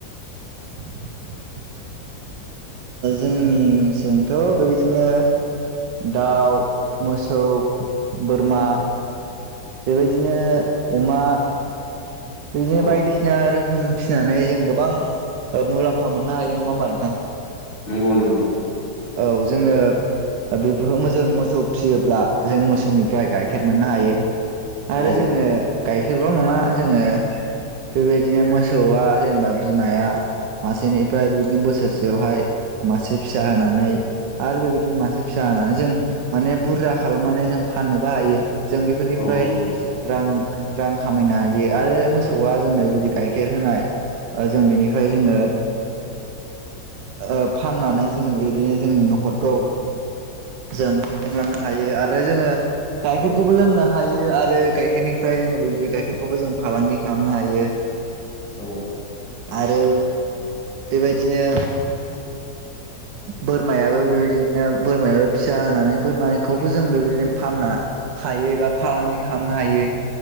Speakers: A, on the right; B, on the left.
A: <inaudible> जोंनिजोंथ' बेबायदिनो दाउ मोसौ बोरमा बेबायदिनो अमा बिदिनो
B: औ
A: बायदिसिना आरो फिनानै जों गोबां मुलाम्फा मोननो हायो नङा होमबा नोंथां
B: नंगौ नंगौ
A: औ जोङो बेफोरखौ जों मोसौ फियोब्ला जों मोसौनिफ्राय गाइखेर मोननो हायो आरो
B: औ
A: जोङो गाइखेरल' नङा जोङो बेबायदिनो मोसौआ जेनेबा बिमाया मासेनिफ्राय बिदिनो बोसोरसेयावहाय मासे फिसा होनानै आरो बेबायदिनो मासे फिसा होनानै जों माने बुरजा खालामनानै जों फाननोबो हायो जों बेफोरनिफ्राय
B: औ नंगौ
A: रां रां खामायनो हायो आरो मोसौआ जोंनो बिदि गाइखेर होनाय ओ जों बेनिफ्राय जोङो ओ फाननानै जोङो बिदिनो जोंनि न'खरखौ जों बुफुंलांनो हायो आरो जोङो गाइखेरखौबो लोंनो हायो आरो गाइखेरनिफ्राय जोङो बेबायदि गाइखेरखौबो जों फालांगि खालामनो हायो
B: औ।
A: आरो बेबायदिनो बोरमायाबो बेबायदिनो बोरमायाबो फिसा होनानै बोरमाखौबो जों बेबायदिनो फानना हायो एबा फालांगि खालामनो हायो